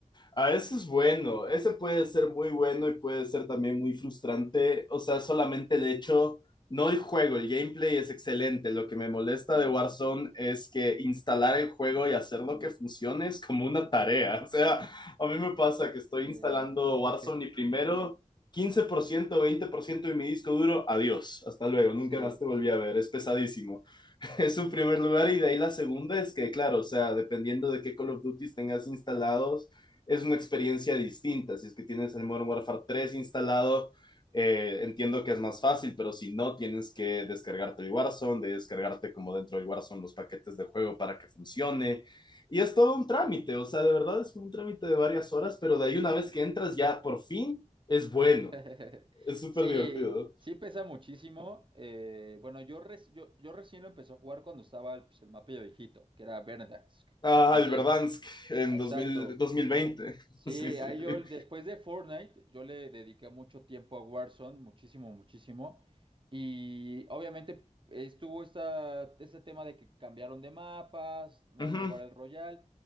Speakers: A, on the left; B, on the right.
A: a eso es bueno, ese puede ser muy bueno y puede ser también muy frustrante, o sea, solamente el hecho, no el juego, el gameplay es excelente, lo que me molesta de Warzone es que instalar el juego y hacerlo que funcione es como una tarea, <laughs> o sea, a mí me pasa que estoy
B: Eh,
A: instalando
B: <laughs>
A: Warzone y primero quince por ciento, veinte por ciento de mi disco duro, adiós, hasta luego,
B: sí.
A: nunca más te volví a ver, es pesadísimo. <laughs> Es su primer lugar y de ahí la segunda es que, claro, o sea, dependiendo de qué Call of Duty tengas instalados, es una experiencia distinta. Si es que tienes el Modern Warfare tres instalado, eh, entiendo que es más fácil, pero si no, tienes que descargarte el Warzone, de descargarte como dentro del Warzone los paquetes de juego para que funcione. Y es todo un trámite, o sea, de verdad es un trámite de varias horas, pero de ahí una vez que entras ya por fin es bueno,
B: <laughs>
A: es súper
B: Sí,
A: divertido. ¿no?
B: sí pesa muchísimo. Eh, bueno, yo, reci- yo, yo recién lo empecé a jugar cuando estaba pues, el mapa viejito, que era Verdansk.
A: Ah,
B: Entonces,
A: el Verdansk en
B: exacto.
A: 2000 2020. <laughs>
B: Sí,
A: Sí, sí.
B: ahí
A: sí.
B: yo después de Fortnite, yo le dediqué mucho tiempo a Warzone, muchísimo, muchísimo. Y obviamente estuvo esta, este tema de que cambiaron de mapas, nuevo
A: Ujú,
B: Battle Royale.